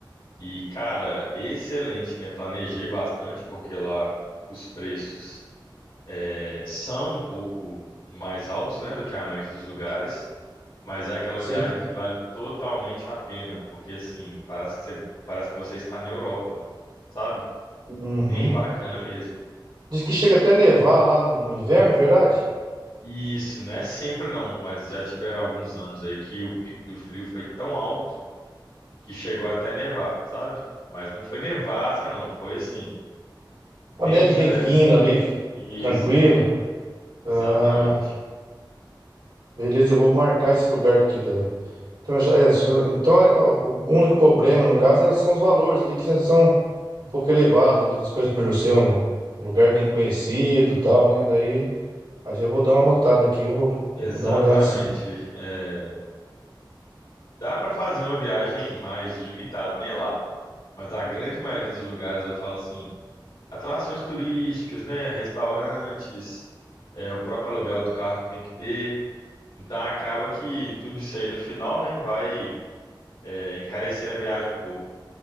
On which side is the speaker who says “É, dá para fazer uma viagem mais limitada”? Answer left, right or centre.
Left